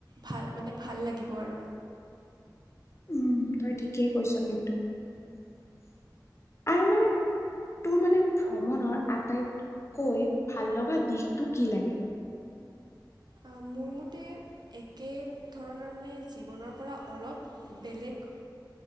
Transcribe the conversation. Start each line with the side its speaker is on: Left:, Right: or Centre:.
Right: ভাল মানে ভাল লাগিব আৰু।
Left: উম তই ঠিকেই কৈছ কিন্তু আৰু মানে তোৰ মানে ভ্ৰমণৰ আটাইতকৈ ভাল লগা দিশটো কি লাগে?
Right: আ মোৰ মতে একে ধৰণৰ মানে জীৱনৰ পৰা অলপ বেলেগ